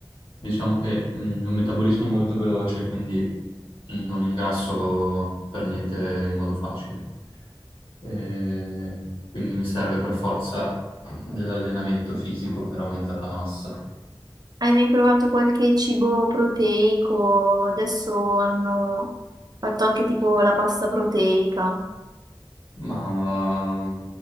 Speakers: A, on the left; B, on the right.
A: Diciamo che mm, il mio metabolismo è molto veloce, quindi mm, non ingrasso per niente in modo facile. E quindi mi serve per forza dell'allenamento fisico per aumentare la massa.
B: Hai mai provato qualche cibo proteico? Adesso hanno fatto anche tipo la pasta proteica.
A: Ma